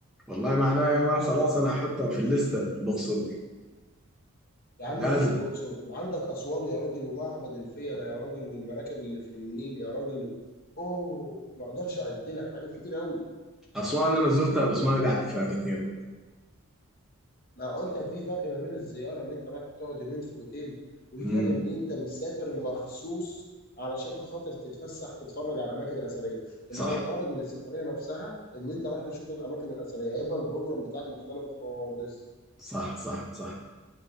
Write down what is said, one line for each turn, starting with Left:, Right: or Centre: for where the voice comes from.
Centre: والله معناها يا مان خلاص انا هحطها في الليسته الاقصر دي
Left: يا عم
Centre: لازم
Left: عندك الاقصر وعندك اسوان يا راجل ومعبد الفيلة يا راجل والمراكب اللي في النيل يا راجل اوه ما اقدرش اعد لك حاجات كتير قوي
Centre: اسوان انا زرتها بس ما قعدت فيها كتير والله
Left: ما هو انت في فرق ما بين الزياره ان انت رايح تقعد يومين في اوتيل وفي
Centre: امم
Left: فرق ان انت مسافر مخصوص علشان خاطر تتفسح تتفرج على الاماكن الاثريه
Centre: صح
Left: اللي هو الغرض من السفريه نفسها ان انت رايح تشوف الاماكن الاثريه هيبقى البروجرام بتاعك مختلف خالص
Centre: صح صح صح